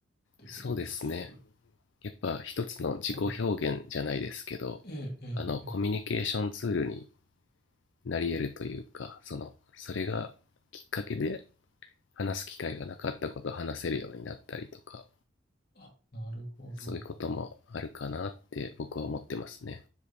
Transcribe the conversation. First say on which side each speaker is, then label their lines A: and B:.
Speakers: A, on the left; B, on the left.
A: ていうことです。
B: そうですね。やっぱ一つの自己表現じゃないですけど
A: はい。ええ、ええ、
B: あのコミュニケーションツールに
A: ええ。
B: なり得るというかそのそれがきっかけで話す機会がなかったことを話せるようになったりとか
A: あ、なるほど。
B: そういうこともあるかなって僕は思ってますね